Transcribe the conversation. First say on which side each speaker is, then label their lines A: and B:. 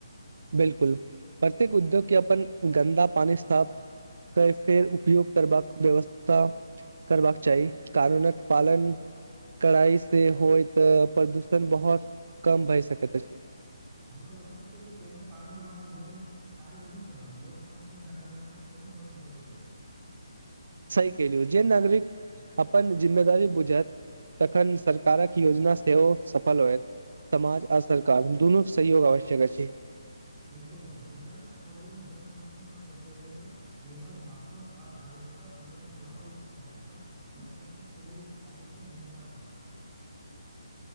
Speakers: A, on the right; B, on the right.
A: बिल्कुल प्रत्येक उद्योग केँ अपन गन्दा पानी साफ कै फेर उपयोग करबाक व्यवस्था करबाक चाही कानूनक पालन कड़ाई से होइ तऽ प्रदूषण बहुत कम भए सकैत अछि
B: हमरा लगैत अछी जे केवल कानून बना देल काज नही चलत लोक सब में जागरूकता सेहो बहुत जरूरी अछि
A: सही केहलु जे नागरिक अपन जिम्मेदारी बुझत तखन सरकारक योजना सेहो सफल होयत समाज आ सरकार दुनू सहयोग आवश्यक अछि
B: बिल्कुल मित्र विद्यालय या कॉलेज जल संरक्षण पर प्रतियोगिता निबन्ध भाषण आ जागरूकता अभियान चलाओल जाय तल बच्चा सब <unintelligible> सब जिम्मेदार बनत